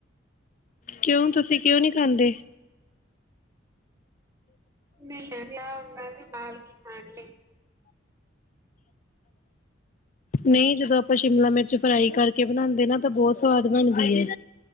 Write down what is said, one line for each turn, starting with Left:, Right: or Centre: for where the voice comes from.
Left: ਕਿਉਂ ਤੁਸੀਂ ਕਿਉਂ ਨਹੀਂ ਖਾਂਦੇ
Right: ਨਹੀਂ ਮੈਂ ਬਾਲ ਕੇ ਖਾਣ ਲਈ
Left: ਨਹੀਂ ਜਦੋਂ ਆਪਾਂ ਸ਼ਿਮਲਾ ਮਿਰਚ ਫਰਾਈ ਕਰਕੇ ਬਣਾਉਦੇ ਨਾ ਤਾਂ ਬਹੁਤ ਸਵਾਦ ਬਣਦੀ ਹੈ